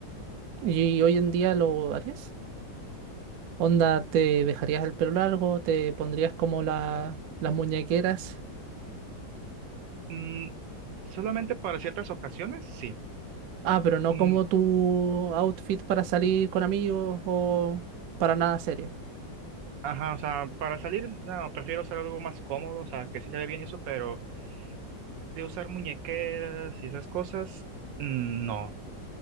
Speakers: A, on the right; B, on the right.
A: ¿Y hoy en día lo harías? Onda, ¿te dejarías el pelo largo? ¿Te pondrías como la, las muñequeras?
B: Mm, solamente para ciertas ocasiones, sí.
A: Ah, pero no
B: Mm,
A: como tu outfit para salir con amigos o para nada serio.
B: ajá, o sea, para salir, no, prefiero usar algo más cómodo, o sea, que sí se ve bien y eso, pero de usar muñequeras y esas cosas, mm, no.